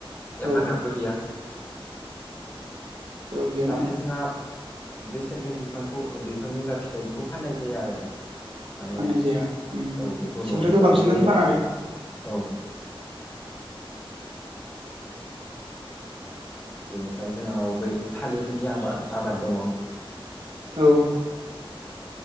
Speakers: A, on the left; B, on the right.
A: एफाग्राबबो
B: औ
A: गैया
B: जेरावबो गैयाना
A: नाथाय जोंहा बे सेमफ्रेम बिफांखौ बिफांनि जा फिथाइ बेखौ फाननाय जाया आरो माने
B: फाननाय जाया उम
A: औ बेखौ न'आवनो
B: सेमफ्रेमखौ
A: जानाय
B: बांसिनानो
A: जायो
B: फाना
A: आरो
B: दे
A: औ बेनिफ्राय जोंहानाव बै थालिरनि आबाद आबाद दङ
B: औ